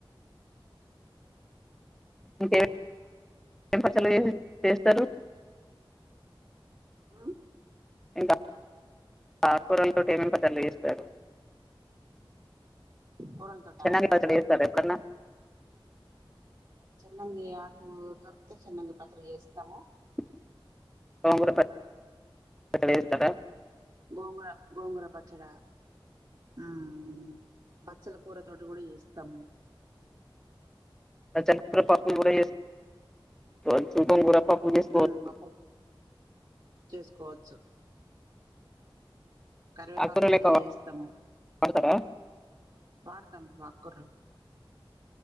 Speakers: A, in the centre; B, on the right.
A: ఇంకేం పెంపచలు చేస్తరు
B: ఆ
A: ఇంకా ఆకుకూరలతోటి ఏమేం పచ్చళ్ళు చేస్తారు
B: కూరల తోట
A: చిన్నంగి పచ్చడి చేస్తారా ఎప్పుడన్నా
B: చిన్నంగి ఆకు దొరికితే చిన్నంగి పచ్చడి చేస్తాము
A: <unintelligible> స్తారా
B: గోంగూర గోంగూర పచ్ ఇక్కడ ఊ ఊ బచ్చల కూర తోటి కూడా చేస్తము
A: ఆ <unintelligible> పప్పు కూడా చేసుకోవచ్చు చికెన్ కూడా పప్పు చేసుకోవచ్చు
B: మ్మ్ పప్పు చేసుకోవచ్చు కర్వేపాకు
A: ఆకుకూర
B: పచ్చడి
A: లెక్క
B: చేస్తాము
A: వాడతారా
B: వాడతాం ఆకుకూరలు